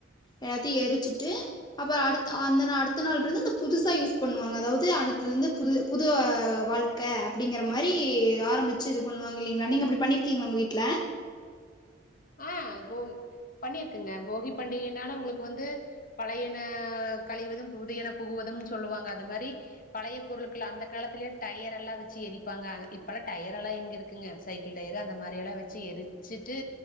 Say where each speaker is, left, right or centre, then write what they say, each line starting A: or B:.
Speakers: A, on the left (about 20°); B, on the left (about 45°).
A: எல்லாத்தையும் எரிச்சுட்டு அப்புறம் அ அ அடுத்த நாள்ள இருந்துஅந்த புதுசா யூஸ் பண்ணுவாங்க அதாவது அடுத்ததுல இருந்து புது புது வாழ்க்கை அப்படிங்கற மாதிரி ஆரம்பிச்சு இது பண்ணுவாங்க இல்லலைங்களா நீங்க அப்படி பண்ணிருக்கீங்களா உங்க வீட்டுல
B: ஆஹ் போகி பண்ணியிருக்குங்க போகி பண்டிகைனால உங்களுக்கு வந்து பழையன கழிவதும் புதியன புகுவதும் சொல்லுவாங்க அது மாரி பழைய பொருட்கள் அந்த காலத்துலயே டயர் எல்லாம் வச்சு எரிப்பாங்க இப்பெல்லாம் டயர் எல்லாம் எங்க இருக்குங்க சைக்கிள் டயரு அந்த மாதிரி எல்லாம் வச்சு எரிச்சுட்டு